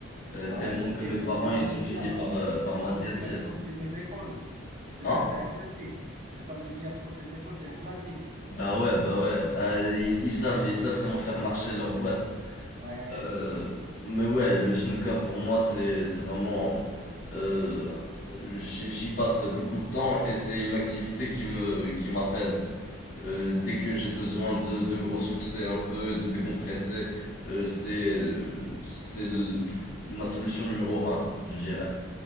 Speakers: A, on the left (about 40°); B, on the right (about 35°).
A: euh,
B: Ah
A: tellement
B: ouais,
A: que
B: les,
A: mes
B: les,
A: parents,
B: les les salles
A: ils
B: de
A: ont
B: billard,
A: fini par,
B: euh,
A: euh, par
B: les salles
A: m'interdire.
B: de billard proches des, des écoles, c'est
A: Hein?
B: c'est- c'est un classique. Les salles de billard proches des écoles, c'est un classique.
A: Bah ouais, bah ouais, Ah, ils, ils savent, ils savent comment faire marcher leur boîte.
B: Ouais.
A: Euh, mais ouais, le snooker pour moi, c'est, c'est vraiment... euh, j'y j'y passe beaucoup de temps et c'est une activité qui me, qui m'apaise. Euh, dès que j'ai besoin de, de me ressourcer un peu et de décompresser, euh, c'est, c'est l- ma solution numéro un, je dirais.